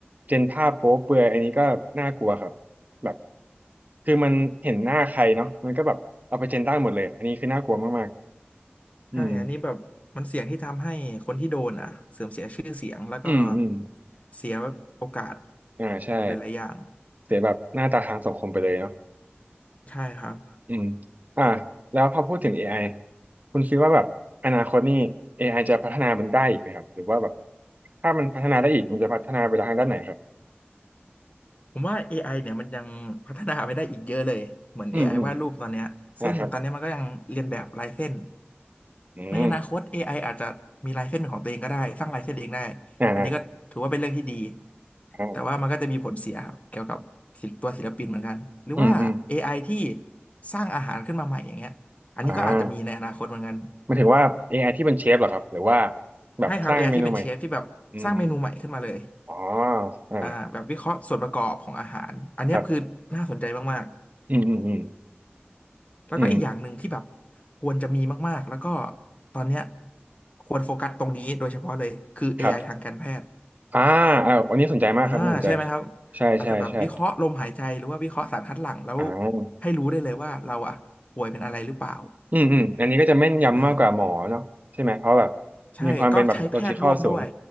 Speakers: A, on the right (about 40°); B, on the left (about 35°).
A: เจนภาพโป๊เปลือยอันนี้ก็น่ากลัวครับแบบคือมันเห็นหน้าใครเนาะมันก็แบบเอาไปเจนได้หมดเลยอันนี้คือน่ากลัวมากๆอืม
B: ใช่อันนี้แบบมันเสี่ยงที่ทำให้คนที่โดนอ่ะเสื่อมเสียชื่อเสียงแล้วก็
A: อืมอืม
B: เสียโอกาส
A: อ่าใช่
B: หลายๆอย่าง
A: เสียแบบหน้าตาทางสังคมไปเลยเนาะ
B: ใช่ครับ
A: อืมอ่าแล้วพอพูดถึง AI คุณคิดว่าแบบอนาคตนี่ AI จะพัฒนามันได้อีกไหมครับหรือว่าแบบถ้ามันพัฒนาได้อีกมันจะพัฒนาไปทางด้านไหนครับ
B: ผมว่า AI เนี่ยมันยังพัฒนาไปได้อีกเยอะเลยเหมือน
A: อืมอืม
B: AI วาดรูปตอนเนี้ยซึ่งตอนเนี้ยมันก็ยังเรียนแบบลายเส้น
A: นะครับอืม
B: ในอนาคต AI อไออาจจะมีลายเส้นเป็นของตัวเองก็ได้สร้างลายเส้นเองได้
A: อ่าอ่า
B: อันนี้ก็ถือว่าเป็นเรื่องที่ดี
A: อ่า
B: แต่ว่ามันก็จะมีผลเสียครับเกี่ยวกับศิลป์ตัวศิลปินเหมือนกันหรือว่า
A: อืมอืม
B: AI ที่สร้างอาหารขึ้นมาใหม่อย่างเงี้ยอันนี้ก็อาจจะมีในอนาคตเหมือนกัน
A: อ่าหมันถึงว่า AI ที่เป็นเชฟเหรอครับหรือว่าแบบสร้างเมนูใหม่
B: ใช่ครับ AI ที่เป็นเชฟที่แบบสร้างเมนูใหม่ขึ้นมาเลย
A: อืมอืมอ๋ออ่า
B: อ่าแบบวิเคราะห์ส่วนประกอบของอาหารอันเนี้ยคือน่าสนใจมาก
A: ครับอืมอืมอืม
B: แล้วก็อีกอย่างหนึ่งที่แบบ
A: อืม
B: ควรจะมีมากๆ แล้วก็ตอนเนี้ยควรโฟกัสตรงนี้โดยเฉพาะเลยคือ AI
A: ครับ
B: ทางการแพทย์
A: อ่าอ่าวันนี้สนใจมากครับน่าสนใจ
B: อ่าใช่ไหมครับ
A: ใช่ใช่ใช่
B: อาจจะแบบวิเคราะห์ลมหายใจหรือว่าวิเคราะห์สารคัดหลั่งแล้ว
A: อ่า
B: ให้รู้ได้เลยว่าเราอะป่วยเป็นอะไรหรือเปล่า
A: อืมอืมอันนี้ก็จะแม่นยำมากกว่าหมอเนาะใช่ไหมเพราะแบบ
B: อ่าใช่ก็ใช้แพทย์ร่วมด้วย
A: มีความเป็นแบบโลจิคอลสูง